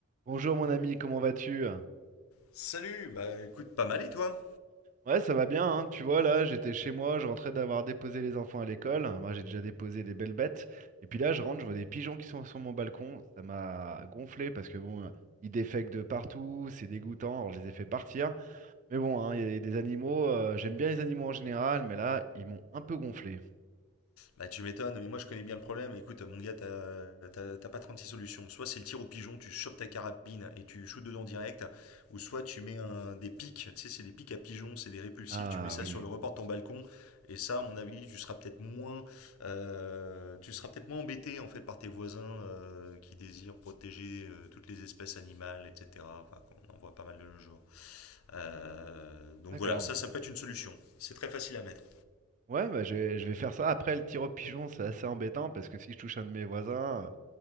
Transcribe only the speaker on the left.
Salut, bah écoute, pas mal et toi?
Bah tu m'étonnes, mais moi je connais bien le problème. Écoute, mon gars, t'as t'as- t'as pas six solutions. Soit c'est le tir au pigeon, tu chopes ta carabine et tu shoots dedans direct, ou soit tu mets un, des pics, tu sais, c'est des pics à pigeons, c'est des répulsifs,
tu mets ça
sur le rebord de ton balcon, et ça, à mon avis, tu seras peut-être moins, euh, tu seras peut-être moins embêté en fait par tes voisins euh, qui désirent protéger euh, toutes les espèces animales, etc. Enfin, on en voit pas mal de nos jours. Euh, donc
voilà, ça, ça peut être une solution. C'est très facile à mettre.